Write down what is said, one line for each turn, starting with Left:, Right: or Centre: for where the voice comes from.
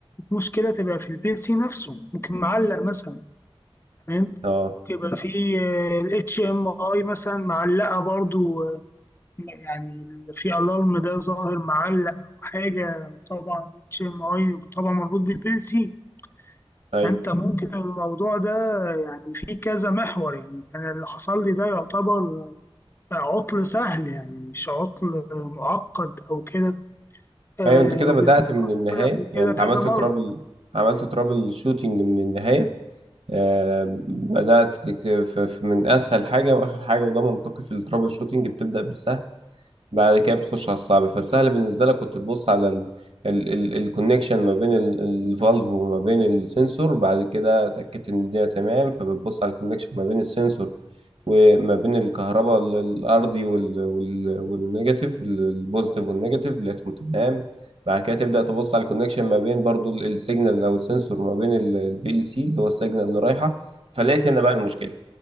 Left: مشكلة تبقى في البي ال سي نفسه ممكن معلق مثلا تمام
Right: اه
Left: يبقى في الاتش ام اي مثلا معلقه برضو آه، يعني في الارم ده ظاهر معلق او حاجه طبعا الاتش ام اي طبعا مربوط بالبي ال سي
Right: ايوه
Left: فأنت ممكن الموضوع ده فيه كذا محور يعني أنا اللي حصل لي ده يعتبر عطل سهل يعني مش عطل معقد أو كده آه
Right: ايوه انت كده
Left: وبالذات
Right: بدات من
Left: حصل
Right: النهايه
Left: لي قبل
Right: يعني
Left: كده
Right: انت
Left: كذا
Right: عملت
Left: مرة
Right: ترابل عملت ترابل شوتنج من النهايه آه، بدأت تك- ف- ف- من أسهل حاجة وآخر حاجة وده منطقي في الترابل شوتنج بتبدأ بالسهل بعد كده بتخش على الصعب فالسهل بالنسبة لك كنت تبص على الكونكشن ما بين الفالف وما بين السنسور بعد كده اتأكدت ان الدنيا تمام فبتبص على الكونكشن ما بين السنسور وما بين الكهرباء ال- الأرضي وال- وال- والنيجاتيف ال- البوزيتيف والنيجاتيف لقيتهم تمام بعد كده تبدأ تبص على الكونكشن ما بين برضو ال- السيجنال أو السنسور ما بين البي ال سي اللي هو السيجنال اللي رايحة فلقيت هنا بقى المشكلة